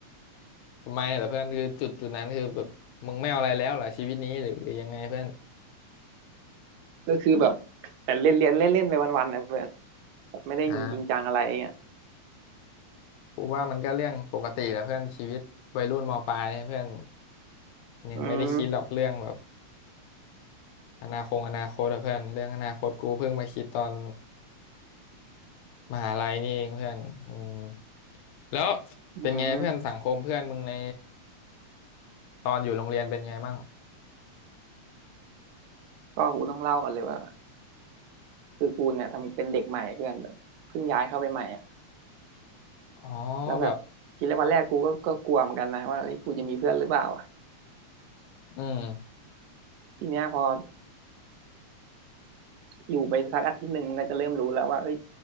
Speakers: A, on the left; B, on the right.
A: ทำไมเหรอเพื่อนคือจุดจุดนั้นคือแบบมึงไม่เอาอะไรแล้วเหรอชีวิตนี้หรือหรือยังไงเพื่อน
B: ก็คือแบบแต่เล่นเล่นเล่นเล่นไปวันๆนะเพื่อนแบบไม่ได้มีจริงจังอะไรเงี้ย
A: อ่ากูว่ามันก็เรื่องปกติแหละเพื่อนชีวิตวัยรุ่นมปลายเพื่อนยังไม่ได้คิดหรอกเรื่องแบบ
B: อืม
A: อนาคตอนาคตอะเพื่อนเรื่องอนาคตกูเพิ่งมาคิดตอนมหาลัยนี่เองเพื่อนอืมแล้ว
B: อืม
A: เป็นไงเพื่อนสังคมเพื่อนมึงในตอนอยู่โรงเรียนเป็นไงบ้าง
B: ก็กูต้องเล่าก่อนเลยว่าคือกูเนี่ยทำเป็นเด็กใหม่เพื่อนแบบเพิ่งย้ายเข้าไปใหม่อ่ะ
A: อ๋อ
B: แล้วแบบทีแรกวันแรกกูก็ก็กลัวเหมือนกันนะว่าเอ้ยกูจะมีเพื่อนหรือเปล่าอ่ะ
A: แบบอืม
B: ทีเนี้ยพออยู่ไปสักอาทิตย์หนึ่งมันก็จะเริ่มรู้แล้วว่าเอ้ย